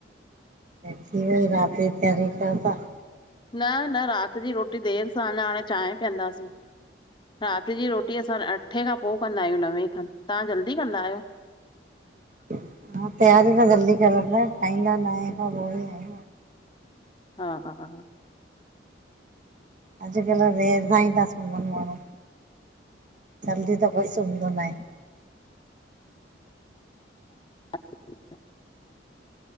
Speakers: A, on the right (about 45°); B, on the left (about 25°).
A: थी वई रात जी तयारी कयो ता।
B: न न, रात जी रोटी देर सां, अञा हाणे चांयं पीअंदासीं। रात जी रोटी असां अठें खां पो कंदायूं, नवें खन, तहां जल्दी कंदायो?
A: हा, तैयारी त जल्दी करंदीयां, खाईंदा नांए खां पो ई आयूं।
B: हा हा
A: अॼकल्ह देर सांईं ता सुमन मांण्हूं। जल्दी त कोई सुमदो नांहें।
B: <unintelligible>